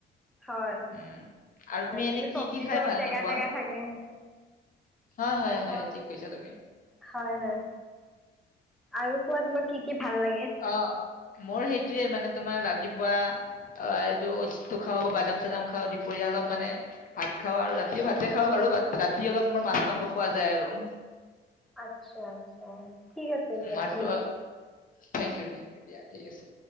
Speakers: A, in the centre; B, on the left.
A: হয়
B: উম, আৰু
A: মানে
B: তুমি এনে
A: এইটো
B: কি
A: চব্জিটো
B: কি খাই
A: অলপ
B: ভাল
A: টেঙা
B: নোপোৱা?
A: টেঙা থাকে
B: হয় হয় হয়
A: মই,
B: ঠিক কৈছা তুমি।
A: হয় হয়। আৰু কোৱা তোমাৰ কি কি ভাল লাগে।
B: অ মোৰ সেইটোয়ে মানে তোমাৰ ৰাতিপুৱা অ এইটো খাওঁ বাদাম চাদাম খাওঁ দুপৰীয়া অলপ মানে ভাত খাওঁ আৰু ৰাতিও ভাতে খাওঁ বাৰু ভাত ৰাতি অলপ ইমান মাছ মাংস খোৱা যায় আৰু। <inaudible>
A: আচ্ছা আচ্ছা। ঠিক আছে দিয়া।
B: মাৰটো
A: থেংক ইউ।
B: Thank you. থউ দিয়া ঠিক আছে।